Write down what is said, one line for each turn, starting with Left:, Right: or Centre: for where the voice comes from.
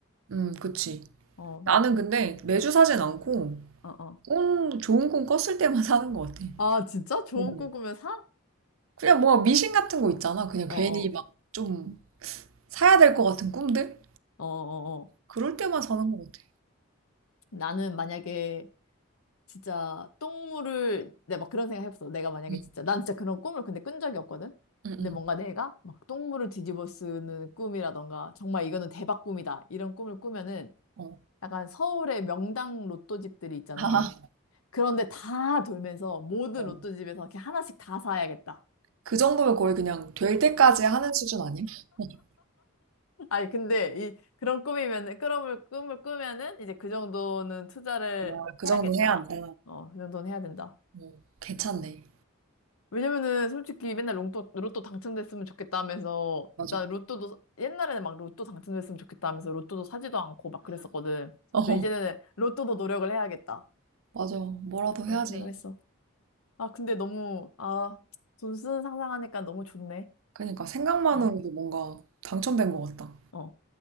Right: 음, 그치.
Left: 어,
Right: 나는 근데 매주 사진 않고,
Left: 어, 어.
Right: 꿈, 좋은 꿈 꿨을 때만 <laughs> 사는 것 같아.
Left: 아, 진짜? 좋은
Right: 음.
Left: 꿈 꾸면 사?
Right: 그냥 뭐 미신 같은 거 있잖아. 그냥
Left: 어,
Right: 괜히
Left: 어,
Right: 막 좀 사야 될 것 같은 꿈들?
Left: 어, 어, 어.
Right: 그럴 때만 사는 것 같아.
Left: 나는 만약에 진짜 똥물을 내가 막 그런 생각 해봤어. 내가 만약에
Right: 응,
Left: 진짜 난 진짜 그런 꿈을 근데 꾼 적이 없거든.
Right: 응,
Left: 근데
Right: 응.
Left: 뭔가 내가 막 똥물을 뒤집어 쓰는 꿈이라던가 정말 이거는 대박 꿈이다. 이런 꿈을 꾸면은
Right: 어.
Left: 약간 서울의 명당 로또집들이 있잖아.
Right: <laughs>
Left: 그런데 다 돌면서 모든
Right: 어.
Left: 로또집에서 이렇게 하나씩 다 사야겠다.
Right: 그 정도면 거의 그냥 될 때까지 하는 수준 아니야? <laughs>
Left: 아니 근데 이 그런 꿈이면은 그런 꿈을 꾸면은 이제 그 정도는 투자를
Right: 아, 그
Left: 해야겠다.
Right: 정도 해야 한다.
Left: 어, 그 정도는 해야 된다.
Right: 어, 괜찮네.
Left: 왜냐면은 솔직히 맨날 로또, 로또 당첨됐으면 좋겠다 하면서 나
Right: 맞아.
Left: 로또도 옛날에는 막 로또 당첨됐으면 좋겠다 하면서 로또도 사지도 않고 막 그랬었거든.
Right: 어,
Left: 근데 이제는 로또도 노력을 해야겠다.
Right: 맞아. 뭐라도
Left: 그런
Right: 해야지.
Left: 생각을 했어. 아, 근데 너무, 아, 돈 쓰는 상상하니까 너무 좋네.
Right: 그러니까 생각만으로도
Left: 어,
Right: 뭔가 당첨된 것 같다.
Left: 어.